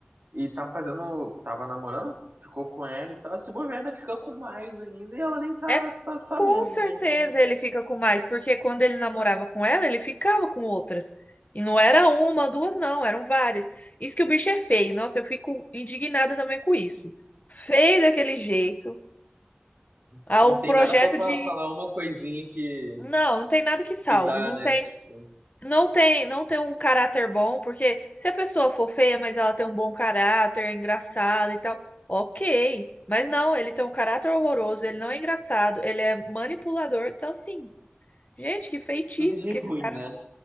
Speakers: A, on the right; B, on the left.
A: e tá fazendo, tava namorando, ficou com ela e tal, se bobear, né, fica com mais ainda e ela nem tá
B: É
A: sa- sabendo,
B: com certeza
A: né? Então,
B: ele fica com mais, porque quando ele namorava com ela, ele ficava com outras. E não era uma, duas, não, eram várias. Isso que o bicho é feio. Nossa, eu fico indignada também com isso. Feio daquele jeito. Há
A: não
B: um
A: tem
B: projeto
A: nada pra fa-
B: de.
A: falar uma coisinha que
B: Não, não tem nada que salve.
A: que dá,
B: Não
A: né?
B: tem.
A: Tipo,
B: Não tem, não tem um caráter bom, porque se a pessoa for feia, mas ela tem um bom caráter, é engraçada e tal, ok. Mas não, ele tem um caráter horroroso, ele não é engraçado, ele é manipulador. Então, assim, gente, que feitiço
A: tudo de
B: que
A: ruim,
B: esse cara
A: né?
B: joga